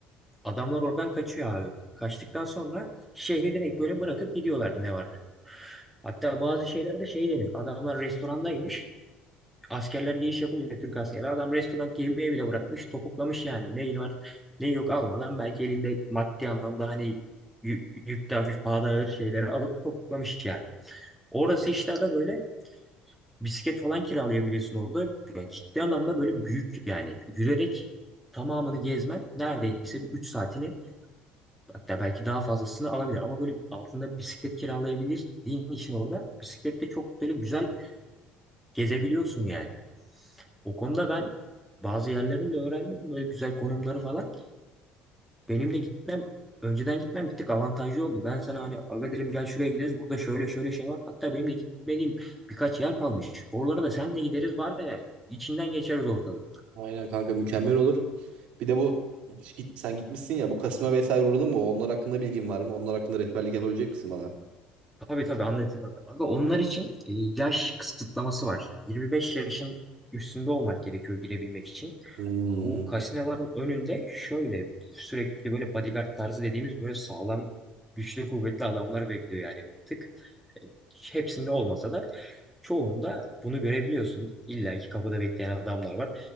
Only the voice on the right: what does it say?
Aynen kanka mükemmel olur. Bir de bu hiç git, sen gitmişsin ya bu kasino vesaire uğradın mı? Onlar hakkında bilgin var mı? Onlar hakkında rehberlik yapabilecek misin bana?
Hmm.